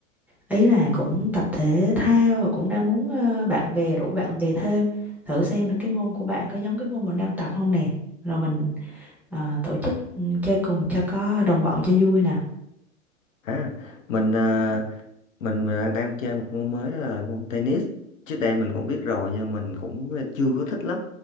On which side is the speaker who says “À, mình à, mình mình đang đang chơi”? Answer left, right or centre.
Left